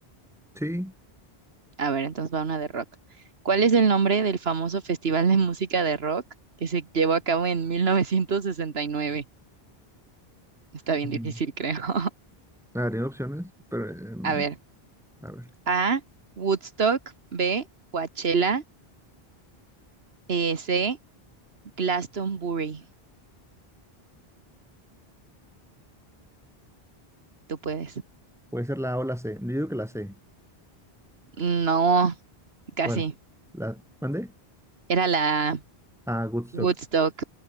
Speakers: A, in the centre; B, on the right.
A: Sí.
B: A ver, entonces va una de rock. ¿Cuál es el nombre del famoso festival de música de rock que se llevó a cabo en 1969? Está bien
A: mm,
B: difícil, creo. <laughs>
A: A ver, tiene opciones, pero... em,
B: A ver,
A: a ver.
B: A, Woodstock, B, Coachella, eh, C, Glastonbury. Tú puedes.
A: Puede ser la A o la C. Yo digo que la C.
B: No, casi.
A: ¿Cuál? ¿La mande
B: Era la
A: Ah, Woodstock.
B: Woodstock.